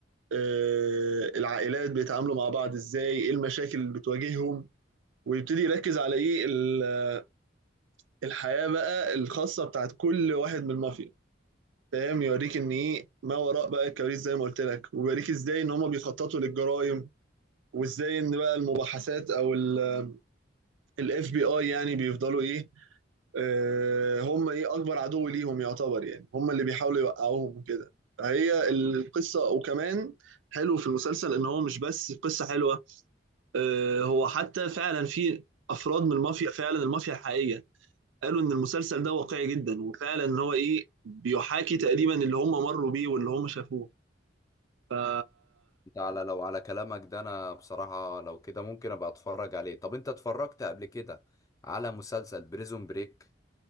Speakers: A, on the right (about 85°); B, on the left (about 20°).
A: آه العائلات بيتعاملوا مع بعض إزاي إيه المشاكل اللي بتواجههم ويبتدي يركز على إيه ال- الحياة بقى الخاصة بتاعت كل واحد من المافيا فاهم يوريك إن إيه ما وراء بقى الكواليس زي ما قلت لك ويوريك إزاي إن هما بيخططوا للجرائم وإزاي إن بقى المباحثات أو ال اف بي اي يعني بيفضلوا ايه آه، هم ايه اكبر عدو ليهم يعتبر يعني هم اللي بيحاولوا يوقعوهم وكده فهي القصه وكمان حلو في المسلسل ان هو مش بس قصه حلوه آه، هو حتى فعلا في افراد من المافيا فعلا المافيا الحقيقيه قالوا ان المسلسل ده واقعي جدا وفعلا ان هو ايه بيحاكي تقريبا اللي هم مروا بيه واللي هم شافوه فا
B: انت على لو على كلامك ده انا بصراحه لو كده ممكن ابقى اتفرج عليه طب انت اتفرجت قبل كده على مسلسل بريزون بريك